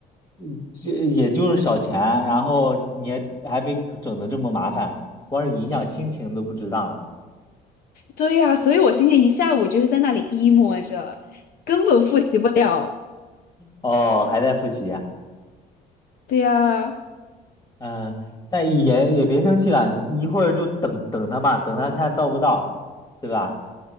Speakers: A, on the left (about 25°); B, on the left (about 60°).
A: 嗯这也就是小钱，然后你还还被整的这么麻烦，光是影响心情都不值当了。
B: 对呀，所以我今天一下午就是在那里 emo 着，根本复习不了。
A: 哦，还在复习啊
B: 对呀，
A: 嗯、但也也别生气了，你一会儿就等等他嘛，等他看到不到，对吧？